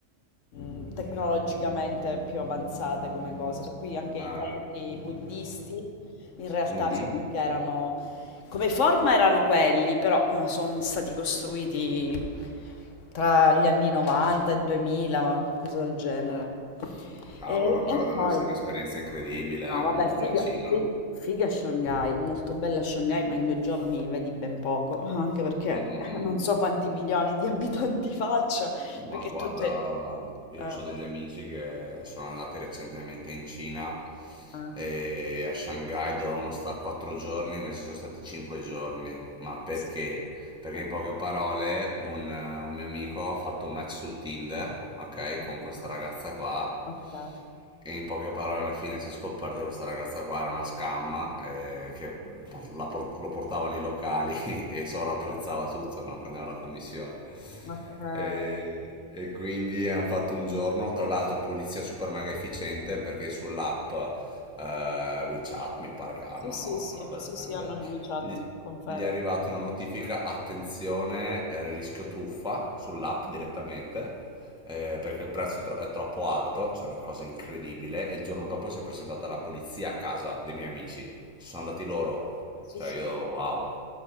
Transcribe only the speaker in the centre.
Ah,
mhm.
Cavolo,
però deve
essere un'esperienza incredibile,
eh,
comunque
la Cina.
Mm, mm, mm.
Ma
guarda,
io
ho degli amici che sono andati recentemente in Cina
e a Shanghai dovevano stare quattro giorni, invece sono stati cinque giorni. Ma perché?
Perché
in poche parole un, un mio amico ha fatto un match su Tinder, ok, con
questa ragazza qua
e in poche parole alla fine si è scoperto che questa ragazza qua era una scam eh, che por- la por- lo portava nei locali <laughs> e sovrapprezzava tutto, no? Prendeva la commissione.
E, e quindi hanno fatto un giorno, tra l'altro polizia super mega efficiente perché sull'app eh, WeChat mi pare che hanno,
no?
Una roba
del genere.
Gli
gli è arrivata una notifica, attenzione, eh, rischio truffa sull'app direttamente eh, perché il prezzo è, tro- è troppo alto, c'è cioè una cosa incredibile, e il giorno dopo si è presentata la polizia a casa dei miei amici, ci sono andati loro,
cioè
io, wow,